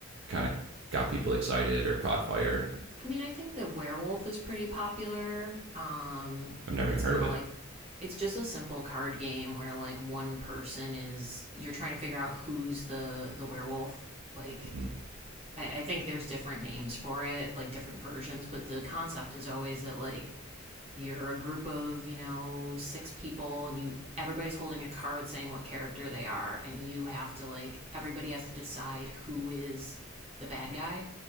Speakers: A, on the right; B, on the right.
A: kind of got people excited or caught fire.
B: I mean, I think that werewolf is pretty popular. Um,
A: I've never
B: it's
A: even heard
B: kind
A: of it.
B: of like it's just a simple card game where like one person is you're trying to figure out who's the the werewolf. Like
A: Mm-hmm.
B: I, I think there's different names for it, like different versions, but the concept is always that like you're a group of you know six people and you everybody's holding a card saying what character they are and you have to like everybody has to decide who is the bad guy